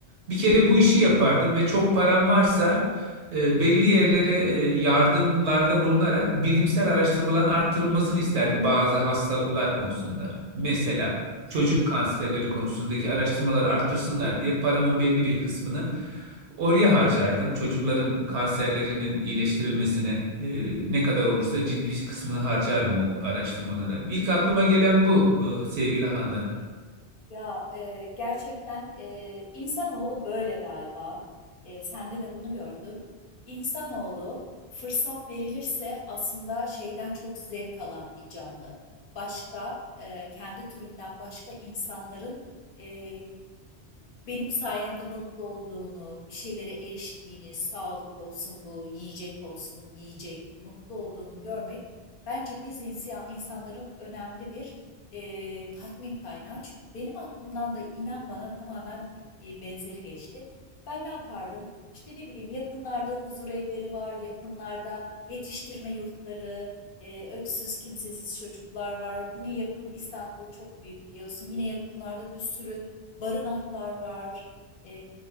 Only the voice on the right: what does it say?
bir kere bu işi yapardım ve çok param varsa e, belli yerlere e, yardımlarda bulunarak bilimsel araştırmaların arttırılmasını isterdim bazı hastalıklar konusunda. Mesela
çocuk kanserleri konusundaki araştırmaları arttırsınlar diye paramın belli bir kısmını Oraya harcardım. Çocukların kanserlerinin iyileştirilmesine e, ne kadar olursa ciddi kısmını harcardım o araştırmalara. İlk aklıma gelen bu e, sevgili Handan.